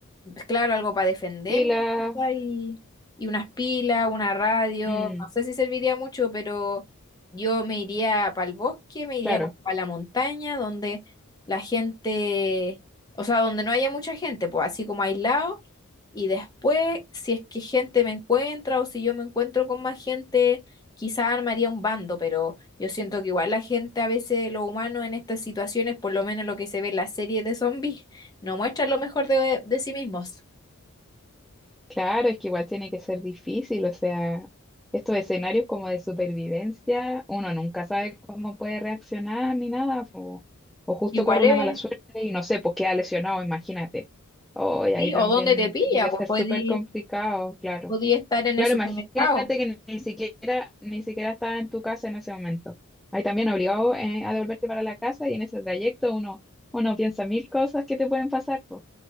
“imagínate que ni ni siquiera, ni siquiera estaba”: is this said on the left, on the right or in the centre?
Centre